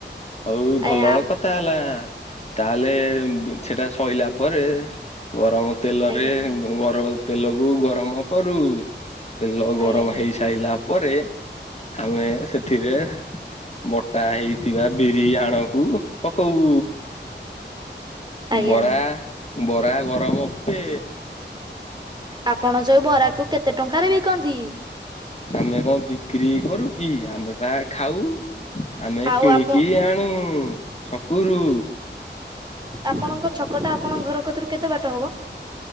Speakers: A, on the left; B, on the right.
A: ହଉ ଭଲ
B: ଆଜ୍ଞା
A: କଥା ହେଲା। ତାହେଲେ ସେଟା ସଇଲା ପରେ ଗରମ ତେଲରେ,
B: ଆଜ୍ଞା
A: ଗରମ ତେଲକୁ ଗରମ କରୁ। ତେଲ ଗରମ
B: ଆଜ୍ଞା।
A: ହେଇସାଇଲା ପରେ, ଆମେ ସେଥିରେ ବଟା ହେଇଥିବା ବିରି ଆଣକୁ ପକଉ।
B: ଆଜ୍ଞା
A: ବରା, ବରା ଗରମ ପେ
B: ଆପଣ ଯୋଉ ବରାକୁୁ କେତେ ଟଙ୍କାରେ ବିକନ୍ତି?
A: ଆମେ କଣ ବିକ୍ରି କରୁ କି, ଆମେ ବା ଖାଉ। ଆମେ
B: ଆଉ
A: କିଣିକି
B: ଆପଣ
A: ଆଣୁ, ଛକୁରୁ।
B: ଆପଣଙ୍କ ଛକଟା ଆପଣଙ୍କ ଘର କତୁରୁ କେତେ ବାଟ ହବ?